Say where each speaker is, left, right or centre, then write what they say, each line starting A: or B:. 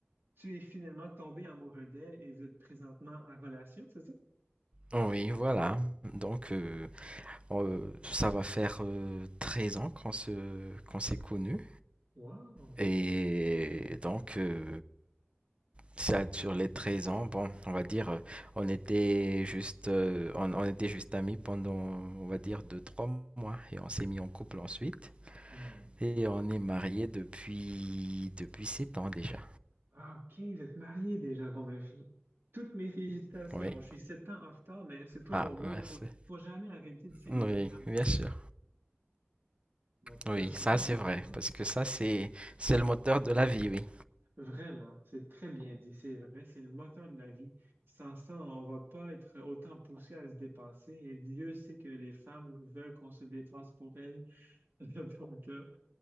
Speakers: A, on the right (about 60°); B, on the right (about 25°).
A: tu es finalement tombé amoureux d'elle et vous êtes présentement en relation, c'est ça?
B: Oui, voilà. Donc, euh, euh, ça va faire euh, 13 ans qu'on se, qu'on s'est connus.
A: Wow!
B: Et donc, euh, ça, sur les 13 ans, bon, on va dire, euh, on était juste, euh, on, on était juste amis pendant, on va dire, 2 trois mois. Et on s'est mis en couple ensuite.
A: Hmm.
B: Et on est mariés depuis, depuis 7 ans déjà.
A: Ah, OK, vous êtes mariés déjà. Bon, mais je- toutes mes félicitations.
B: Oui.
A: Je suis sept ans en retard, mais c'est toujours
B: Ah,
A: beau.
B: merci.
A: Il faut, il faut jamais arrêter de célébrer
B: Oui,
A: l'amour.
B: bien sûr.
A: En tout
B: Oui,
A: cas, superbe
B: ça c'est
A: histoire.
B: vrai, parce que ça c'est c'est le moteur de la vie, oui.
A: Vraiment, c'est très bien dit. C'est vrai, c'est le moteur de la vie. Sans ça, on va pas être autant poussé à se dépasser. Et Dieu sait que les femmes veulent qu'on se dépasse pour elles. <laughs> Donc, euh,